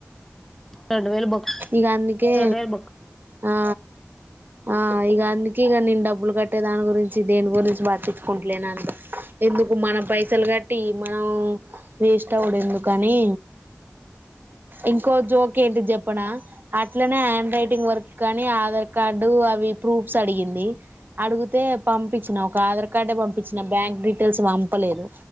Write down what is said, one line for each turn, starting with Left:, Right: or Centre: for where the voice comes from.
Centre: రెండు వేలు బక్
Right: ఇగ అందుకే
Centre: రెండు వేల బక్
Right: ఆ ఆ ఇక అందుకే ఇక నేను డబ్బులు కట్టే దాని గురించి దేని గురించి పట్టించుకుంటలేనుని ఎందుకు మన పైసలు కట్టి మనం వేస్ట్ అవ్వడు ఎందుకని ఇంకో జో ఏంటి చెప్పనా అట్లనే హ్యాండ్ రైటింగ్ వర్క్ కానీ ఆధార్ కార్డు అవి ప్రూఫ్స్ అడిగింది అడిగితే పంపించిన ఒక ఆధార్ కార్డే పంపించిన బ్యాంక్ డీటెయిల్స్ పంపలేదు